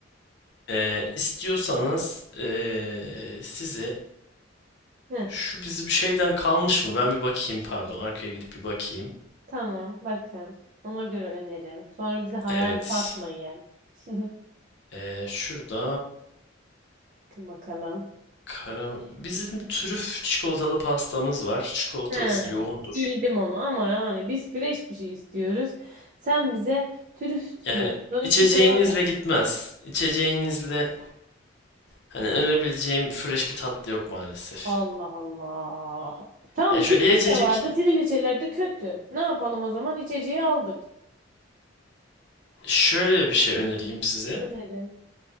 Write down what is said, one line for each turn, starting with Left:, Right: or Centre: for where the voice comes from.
Left: E, istiyorsanız e, size
Right: Heh,
Left: şu bizim şeyden kalmış mı? Ben bir bakayım pardon arkaya gidip bir bakayım.
Right: tamam bakın. Ona göre önerin. Sonra bize hayal
Left: Evet.
Right: satmayın. <laughs>
Left: E, şurada
Right: Bakın bakalım.
Left: kara... Bizim trüf çikolatalı pastamız var. Çikolatası
Right: He,
Left: yoğundur.
Right: bildim onu ama yani biz fresh bir şey istiyoruz. Sen bize trüf
Left: Yani
Right: diyorsun,
Left: içeceğinizle
Right: çikolata.
Left: gitmez. İçeceğinizle Hani önerebileceğim fresh bir tatlı yok maalesef.
Right: Allah Allah. Tamam
Left: Yani
Right: triliçe
Left: şöyle ya içecek
Right: vardı. Triliçeler de kötü. Ne yapalım o zaman? İçeceği aldık.
Left: şöyle bir şey önereyim size.
Right: Önerin.